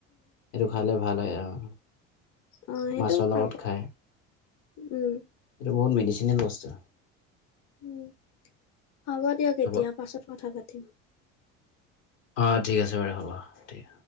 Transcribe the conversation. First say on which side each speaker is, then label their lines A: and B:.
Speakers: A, on the left (about 85°); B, on the left (about 45°).
A: এইটো খালে ভাল হয় আও।
B: অ' সেইটো
A: মাছৰ লগত
B: খাব
A: খাই
B: উম,
A: এইটো বহুত মেডিচিনেল বস্তু।
B: উম হ'ব দিয়ক
A: হ'ব
B: এতিয়া পাছত কথা পাতিম।
A: অ ঠিক আছে বাৰু হ'ব ঠিক।